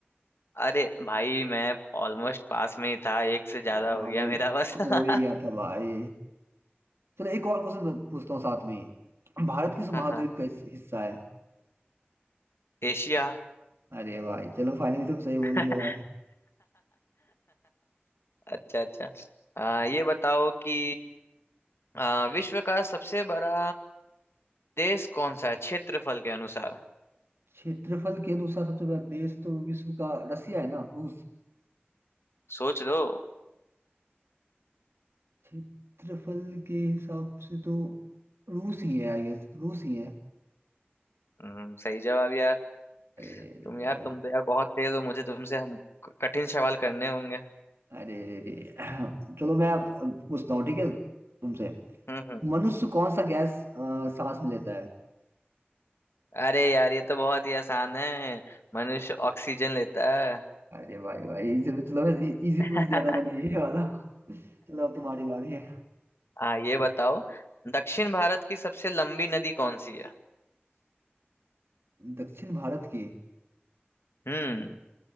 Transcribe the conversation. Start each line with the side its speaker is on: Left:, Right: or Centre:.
Left: अरे भाई मैं ऑलमोस्ट पास में ही था एक से ज्यादा
Right: ये हाँ
Left: हो गया
Right: भाई हो
Left: मेरा बस <laughs>
Right: हो
Left: हाँ
Right: ही गया था भाई चलो एक और क्वेश्चन पूछता हूँ साथ में ही भारत किस
Left: हाँ
Right: महाद्वीप का हिस- हिस्सा है
Left: एशिया
Right: अरे भाई चलो फाइनली तुम सही
Left: <laughs>
Right: बोल दिए भाई
Left: अच्छा अच्छा आ, ये बताओ कि आ, विश्व का सबसे बड़ा देश कौन सा है क्षेत्रफल के अनुसार
Right: क्षेत्रफल के अनुसार सबसे बड़ा देश तो विश्व का रसिया है ना रूस
Left: सोच लो
Right: क्षेत्रफल के हिसाब से तो रूस ही है आई गेस रूस ही है
Left: हम्म, सही जवाब यार
Right: अरे
Left: तुम यार
Right: भाई
Left: तुम तो यार बहुत तेज हो मुझे तुमसे हम क- कठिन सवाल करने होंगे
Right: अरे अरे अरे चलो मैं अब अब पूछता हूँ ठीक है तुमसे
Left: हम्म हम्म।
Right: मनुष्य कौन सा गैस अ, सांस में लेता है
Left: अरे यार ये तो बहुत ही आसान है मनुष्य ऑक्सीजन लेता है
Right: अरे भाई भाई इसे भी- चलो मैं इजी
Left: <laughs>
Right: पूछ लिया था मैंने ये वाला चलो अब तुम्हारी बारी है
Left: हाँ ये बताओ दक्षिण भारत की सबसे लंबी नदी कौन सी है
Right: दक्षिण भारत की
Left: हम्म